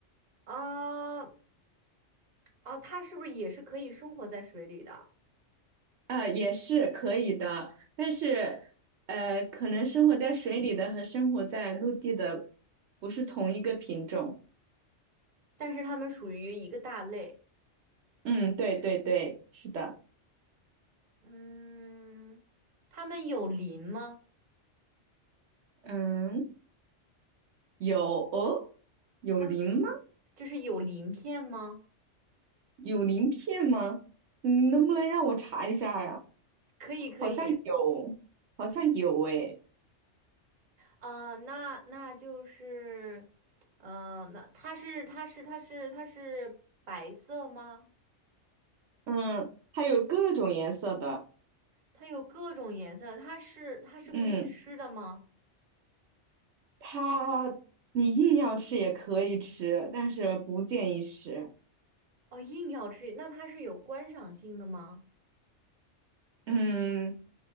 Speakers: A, on the right; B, on the right.
A: 啊啊，它是不是也是可以生活在水里的？
B: 啊，也是可以的，但是，呃，可能生活在水里的和生活在陆地的不是同一个品种。
A: 但是它们属于一个大类，
B: 嗯，对对对，是的。
A: 嗯，它们有鳞吗？
B: 嗯，有哦，有鳞吗？
A: 它们。就是有鳞片吗？
B: 有鳞片吗？你能不能让我查一下呀？
A: 可以，可以。
B: 好像有，好像有诶。
A: 啊、那那就是，呃，那它是它是它是它是白色吗？
B: 嗯，还有各种颜色的。
A: 它有各种颜色，它是它是可以吃的吗？
B: 嗯，它你硬要吃也可以吃，但是不建议吃。
A: 哦，硬要吃，那它是有观赏性的吗？
B: 嗯，